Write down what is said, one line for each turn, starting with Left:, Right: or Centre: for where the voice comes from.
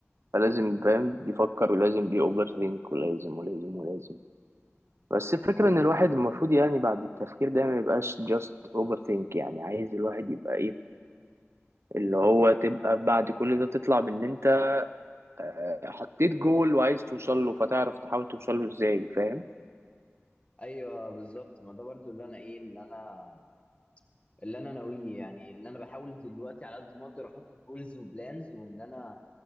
Right: فلازم فاهم بيفكر ولازم بيأوفر ثينك ولازم ولازم ولازم بس الفكرة إن الواحد المفروض يعني بعد التفكير ده ما يبقاش just overthink يعني عايز الواحد يبقى إيه اللي هو تبقى بعد كل ده تطلع بإن أنت آه، حطيت جول وعايز توصل له فتعرف تحاول توصل له إزاي فاهم؟
Left: ايوه بالظبط ما ده برضو اللي انا ايه اللي انا اللي انا ناويه يعني اللي انا بحاول دلوقتي على قد ما اقدر احط جولز وبلانز وان انا